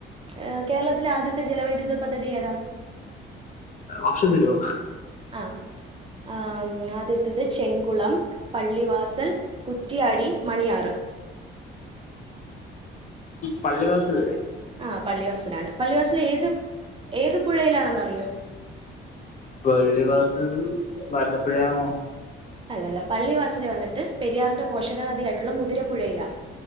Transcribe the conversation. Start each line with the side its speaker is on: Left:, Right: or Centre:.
Right: ഏ കേരളത്തിലെ ആദ്യത്തെ ജലവൈദ്യുത പദ്ധതി ഏതാ.
Left: ഓപ്ഷൻ തരോ.
Right: ആഹ് ആ ആദ്യത്തത് ചെങ്കുളം. പള്ളിവാസൽ, കുറ്റ്യാടി, മണിയാറ്
Left: പള്ളിവാസൽ അല്ലെ.
Right: ആ പള്ളിവാസലാണ്. പള്ളിവാസൽ ഏത് ഏത് പുഴയിലാണെന്ന് അറിയോ.
Left: പള്ളിവാസൽ ഭാരതപ്പുഴയാണോ.
Right: അല്ലല്ല പള്ളിവാസല് വന്നിട്ട് പെരിയാറിന്റെ പോഷക നദി ആയിട്ടുള്ള മുതിരപ്പുഴയിലാ,